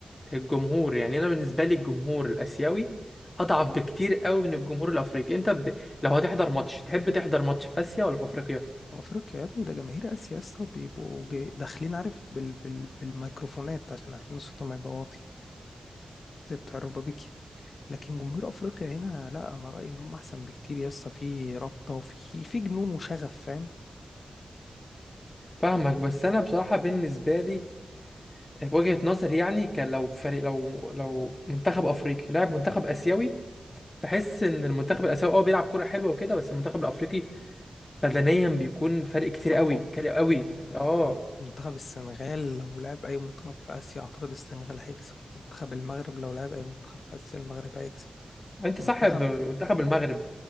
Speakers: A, on the left; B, on the left.
A: الجمهور يعني انا بالنسبه لي الجمهور الاسيوي اضعف بكتير قوي من الجمهور الافريقي انت ب... لو هتحضر ماتش تحب تحضر ماتش في اسيا ولا في افريقيا
B: افريقيا يا ابني ده جماهير اسيا يا اسطى بيبقوا جاي- داخلين عارف بال... بال... بالميكروفونات عشان عارفين صوتهم هيبقى واطي زي بتاع الربابيكي لكن جمهور افريقيا هنا لا انا رايي انهم احسن بكتير يا اسطى في رابطه وفي في جنون وشغف فاهم
A: فاهمك بس انا بصراحه بالنسبه لي آه، وجهه نظري يعني كان لو فريق لو لو منتخب افريقي لاعب منتخب اسيوي بحس ان المنتخب الاسيوي اه بيلعب كوره حلوه وكده بس المنتخب الافريقي بدنيا بيكون فرق كتير
B: اقوى
A: قوي كتير قوي
B: يعني
A: اه
B: يعني منتخب السنغال لو لعب اي منتخب في اسيا اعتقد السنغال هيكسب منتخب المغرب لو لعب اي منتخب في اسيا المغرب هيكسب
A: انت
B: منتخب
A: صاحب منتخب المغرب